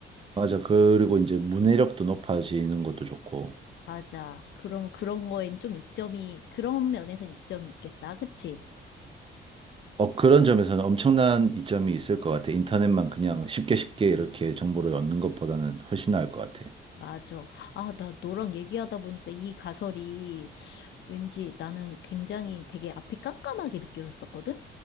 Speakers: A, on the right; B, on the left.
A: 맞아 그리고 이제 문해력도 높아지는 것도 좋고
B: 맞아. 그럼 그런 거엔 좀 이점이, 그런 면에선 이점이 있겠다. 그치?
A: 어, 그런 점에서는 엄청난 이점이 있을 것 같아. 인터넷만 그냥 쉽게 쉽게 이렇게 정보를 얻는 것보다는 훨씬 나을 것 같아.
B: 맞아. 아, 나 너랑 얘기하다 보니까 이 가설이 왠지 나는 굉장히 되게 앞이 깜깜하게 느껴졌었거든?